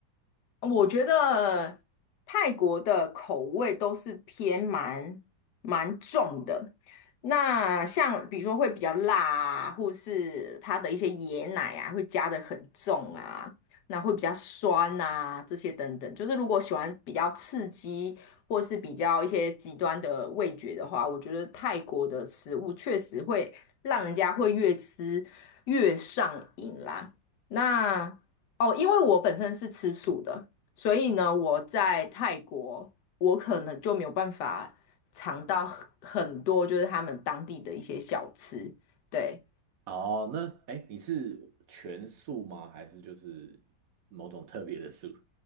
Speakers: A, on the left; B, on the right.
A: 我觉得泰国的口味都是偏蛮蛮重的，那像比如说会比较辣啊，或是它的一些椰奶啊，会加的很重啊，那会比较酸啊，这些等等。就是如果喜欢比较刺激，或是比较一些极端的味觉的话，我觉得泰国的食物确实会让人家会越吃越上瘾啦。那哦，因为我本身是吃素的，所以呢，我在泰国，我可能就没有办法尝到很很多就是他们当地的一些小吃。对，
B: 哦，那哎，你是全素吗？还是就是某种特别的素？